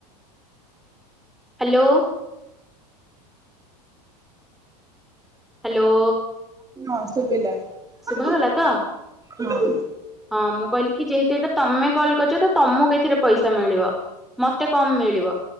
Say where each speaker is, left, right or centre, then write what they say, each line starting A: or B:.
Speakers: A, in the centre; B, on the right.
A: ହ୍ୟାଲୋ। ହ୍ୟାଲୋ।
B: ହଁ ଶୁଭିଲା।
A: ଶୁଭାଗଲା
B: ହଁ।
A: ତ? ହଁ ମୁଁ କହିଲି କି ଯେହେତୁ ଏଟା ତମେ କଲ୍ କରିଚ ତ ତମକୁ ଏଥିରେ ପଇସା ମିଳିବ। ମତେ କମ ମିଳିବ।